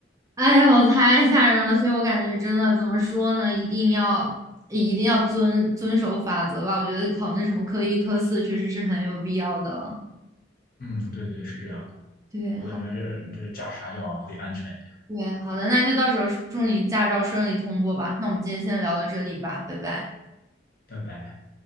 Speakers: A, on the right; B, on the left.
A: 哎呦，太吓人了！所以我感觉真的怎么说呢，一定要一定要遵遵守法则吧。我觉得考那什么科一、科四确实是很有必要的。
B: 嗯，对对，是这样。
A: 对，
B: 我感觉这这驾驶还要注意安全一点。
A: 好，对，好的，那就到时候祝你驾照顺利通过吧。那我们今天先聊到这里吧，拜拜。
B: 拜拜。